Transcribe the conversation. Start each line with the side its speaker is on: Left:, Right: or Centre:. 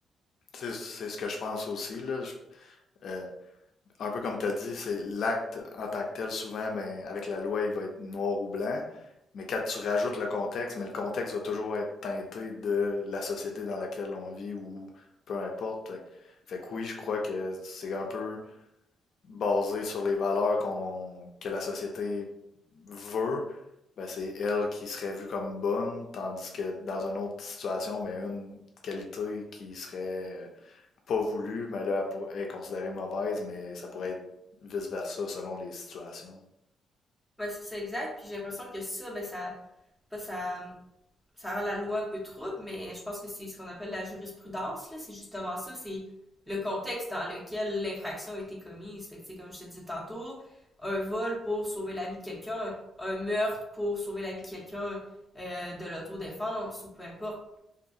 Left: C'est, c'est ce que je pense aussi, là. Je- euh, un peu comme tu as dit, c'est l'acte en tant que tel, souvent, ben, avec la loi, il va être noir ou blanc. Mais quand tu rajoutes le contexte, mais le contexte va toujours être teinté de la société dans laquelle on vit ou peu importe. Fait, que fait que oui, je crois que c'est un peu basée sur les valeurs qu'on, que la société veut, ben c'est elle qui serait vue comme bonne, tandis que dans une autre situation, ben une qualité qui serait pas voulue, ben là, elle pour- est considérée mauvaise, mais ça pourrait être vice-versa selon les situations.
Centre: Ben c'est ça exact, puis j'ai l'impression que ça, ben ça, pas ça ça rend la loi un peu trouble, mais je pense que c'est ce qu'on appelle la jurisprudence, là. C'est justement ça, c'est le contexte dans lequel l'infraction a été commise. Fait que, comme je te disais tantôt, un vol pour sauver la vie de quelqu'un, un meurtre pour sauver la vie de quelqu'un, euh, de l'autodéfense ou peu importe.